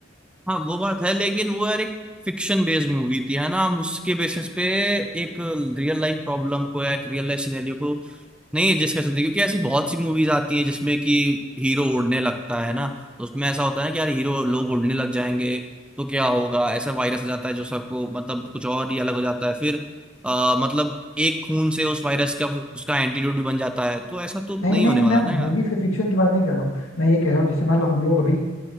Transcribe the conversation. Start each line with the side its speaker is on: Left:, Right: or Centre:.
Centre: हाँ वो बात है लेकिन वो यार एक फिक्शन बेस्ड मूवी थी है ना हम उसके बेसिस पे एक रियल लाइफ प्रॉब्लम को या एक रियल लाइफ सिनेरियो को नहीं एडजस्ट कर सकते क्योंकि ऐसी बहुत सी मूवीज आती हैं जिसमें कि हीरो उड़ने लगता है ना तो उसमें ऐसा होता है ना कि यार हीरो लोग उड़ने लग जाएंगे तो क्या होगा ऐसा वायरस आ जाता है जो सबको मतलब कुछ और ही अलग हो जाता है फिर आ, मतलब एक खून से उस वायरस का उसका एंटीडोट भी बन जाता है तो ऐसा तो
Left: नहीं
Centre: नहीं
Left: नहीं
Centre: होने वाला
Left: मैम
Centre: ना यार
Left: मूवीज के फिक्शन की बात नहीं कर रहा हूँ मैं ये कह रहा हूँ जैसे मान लो हम लोग अभी